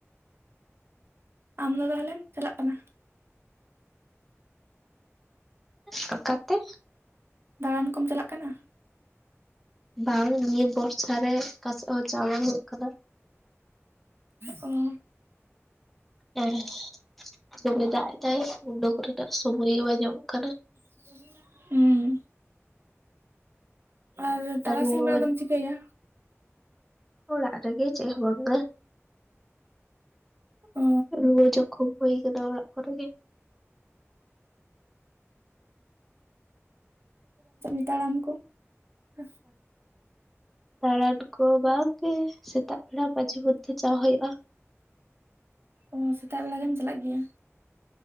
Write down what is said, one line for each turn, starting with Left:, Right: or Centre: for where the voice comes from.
Right: ᱟᱢ ᱫᱚ ᱛᱟᱦᱞᱮᱢ ᱪᱟᱞᱟᱜ ᱠᱟᱱᱟ ᱾
Centre: ᱠᱟᱠᱟᱛᱮ
Right: ᱫᱟᱬᱟᱱ ᱠᱚᱢ ᱪᱟᱞᱟᱜ ᱠᱟᱱᱟ?
Centre: ᱵᱟᱝ ᱱᱤᱭᱟᱹ ᱵᱚᱨᱥᱟ ᱨᱮ ᱚᱠᱟᱥᱮᱫ ᱦᱚᱸ ᱪᱟ ᱵᱟᱝ ᱦᱩᱭᱩᱜ ᱠᱟᱱᱟ ᱾
Right: ᱚ ᱾
Centre: ᱦᱮᱸ ᱫᱚᱢᱮ ᱫᱟᱜᱽ ᱮᱫᱟᱭ, ᱩᱱᱰᱩᱠ ᱨᱮᱱᱟᱜ ᱥᱚᱢᱚᱭ ᱜᱮ ᱵᱟᱭ ᱧᱟᱢᱚᱜ ᱠᱟᱱᱟ ᱾
Right: ᱦᱩᱸ ᱾ ᱟᱨ ᱛᱟᱨᱟᱥᱤᱧ
Centre: ᱨᱩᱣᱟᱹ
Right: ᱵᱮᱲᱟ ᱫᱚᱢ ᱪᱤᱠᱟᱹᱭᱟ?
Centre: ᱚᱲᱟᱜ ᱨᱮᱜᱮ ᱪᱮᱜ ᱦᱚᱸ ᱵᱟᱝ ᱜᱮ᱾
Right: ᱚ
Centre: ᱨᱩᱣᱟᱹ ᱡᱚᱠᱷᱚᱢ ᱦᱩᱭ ᱠᱟᱱᱟ ᱚᱲᱟᱜ ᱠᱚᱨᱮ ᱜᱮ ᱾
Right: <inaudible> ᱛᱟᱲᱟᱢ ᱠᱚ ᱾
Centre: ᱫᱟᱬᱟᱱ ᱠᱚ ᱵᱟᱝ ᱜᱮ ᱥᱮᱛᱟᱜ ᱵᱮᱲᱟ ᱢᱟᱺᱡᱷᱤ ᱢᱚᱫᱽᱫᱷᱮ ᱪᱟ ᱦᱩᱭᱩᱜᱼᱟ ᱾
Right: ᱚ ᱥᱮᱛᱟᱜ ᱵᱮᱲᱟ ᱜᱮᱢ ᱪᱟᱞᱟᱜ ᱜᱮᱭᱟ ᱾